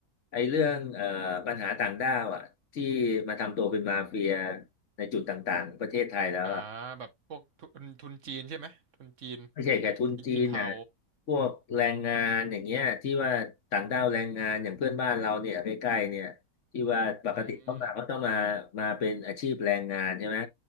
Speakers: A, on the left; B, on the right.
A: ไอเรื่องเอ่อปัญหาต่างด้าวอ่ะ ที่มาทำตัวเป็นมาเฟียในจุดต่างๆ ประเทศไทยแล้วอ่ะ
B: อ่าแบบพวกทุนทุนจีนใช่ไหมทุนจีน
A: ไม่ใช่แค่ทุนจีนนะ
B: ทุนจีนเทา
A: พวกแรงงานอย่างเงี้ยที่ว่าต่างด้าวแรงงานอย่างเพื่อนบ้านเราเนี่ยใกล้ๆเนี่ยที่ว่าปกติเข้ามาเขาต้องมามาเป็นอาชีพแรงงานใช่ไหม
B: อืม